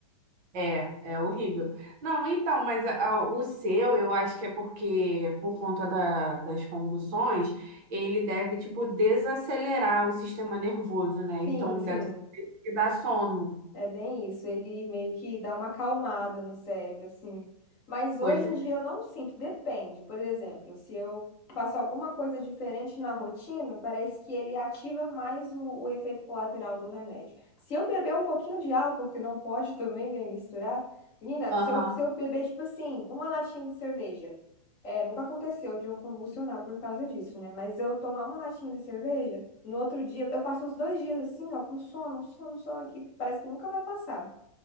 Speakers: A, on the right; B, on the left.
A: É, é horrível. Não, então, mas a- a- o seu, eu acho que é porque, por conta da- das convulsões, ele deve, tipo, desacelerar o sistema nervoso, né?
B: Sim,
A: Então,
B: sim.
A: deve dar sono.
B: É bem isso, ele meio que dá uma acalmada no cérebro, assim. Mas
A: Pois
B: hoje em dia eu não sinto, depende. Por exemplo, se eu faço alguma coisa diferente na rotina, parece que ele ativa mais o, o efeito colateral do remédio. Se eu beber um pouquinho de álcool, que não pode também, né, misturar, menina,
A: é.
B: se eu, se eu beber, tipo assim, uma latinha de cerveja, é, nunca aconteceu de eu convulsionar por causa disso, né? Mas eu tomar uma latinha de cerveja. No outro dia, eu passo uns dois dias assim, ó, com sono, um sono, um sono, que parece que nunca vai passar.